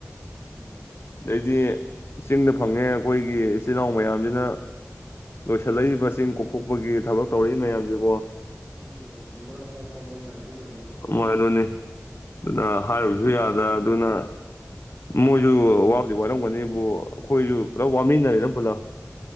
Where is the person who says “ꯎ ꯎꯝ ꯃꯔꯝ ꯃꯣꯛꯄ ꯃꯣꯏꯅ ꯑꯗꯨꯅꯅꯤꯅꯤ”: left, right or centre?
Right